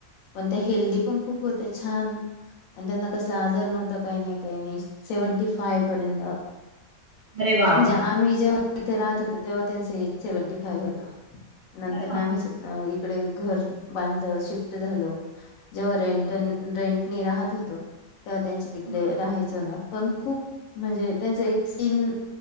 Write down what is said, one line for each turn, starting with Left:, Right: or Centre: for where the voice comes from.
Left: पण त्या हेल्दी पण छान आणि त्यांना कसंला आजार नव्हतं. काही नाही - काही नाही सेव्हटीफायव्हा, पर्यंत
Right: अरे वा
Left: म्हणजे
Right: वा
Left: आम्ही जेव्ह तिथे राहतं होत तेव्हा त्यांचं एज सेव्हंटी फायव्ह होत नंतर
Right: अरे
Left: ना
Right: बापरे
Left: आम्हीचं अ - इकडे घर बांधलं शिफ्ट झालं. जेव्हा
Right: अच्छा
Left: रेंट
Right: अच्छा
Left: रेंटनी राहतं होतो तेव्हा त्यांच्या तिकडे
Right: हा
Left: राहायचं ना पण खूप म्हणजे त्यांच एक स्किन